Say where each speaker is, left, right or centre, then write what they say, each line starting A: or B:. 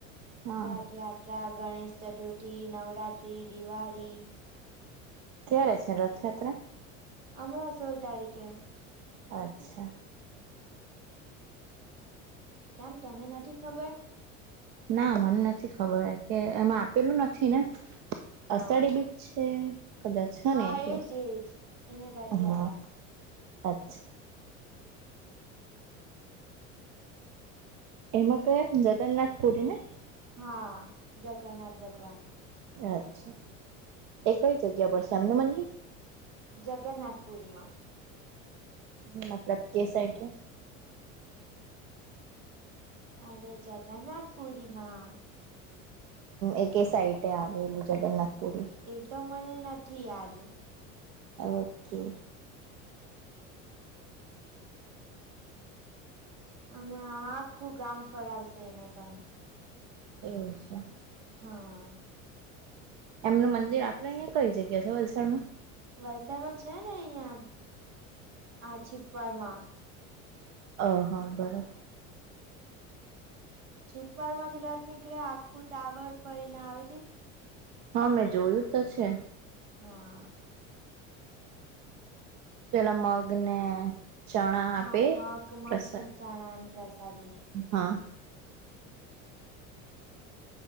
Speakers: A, on the right; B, on the right.
A: હા
B: રાઠયાાર ટા ગણેશ ચતુર્થી નવરાત્તિ દિવાળી
A: ક્યારે છે રથયાત્રા
B: હમણાં સોળ તારીખે
A: અચ્છા
B: કેમ તેને નથી ખબર
A: ના મને નથી ખબર કે એમાં આપેલું નથી ને
B: હા
A: અષાઢી બી છે કદાચ હ
B: હા
A: ને એ દિવસ
B: એજ એજ એને રથયાત્રા
A: હા અચ્છા એમાં ક જગન્નાથ પુરી ને
B: હા જગન્નાથ ભગવાન
A: અચ્છા એ કઈ જગ્યા પરશે એમનું મંદિ
B: જગન્નાથપુરીમાં
A: મતલબ કે સાઈડ
B: અરે જગન્નાથ પૂરિમા
A: એક સાઇટે આવેલું જગન્નાથપુરી
B: એતો મને નથી યાદ
A: ઓકે
B: હમણા આખું ગામ ફળાવશે એને પણ
A: એવું છે.
B: હા
A: એમનું મંદિર આપડે અહિયાં કઈ જગ્યા છે? વલસાડ માં
B: વલસાડમાં છે, ને અહિયાં આ છીપવાડ માં
A: ઓ હા બરોબર
B: છીપવાડ માંથી રાતે નીકળે આખું ટાવર ફરીને આવે
A: હા મેં જોયું તો છે.
B: હા
A: પેલા મગ ને ચણા આપે
B: હા મગ મઠ
A: પ્રસાદ
B: ને ચણાની પ્રસાદી
A: હા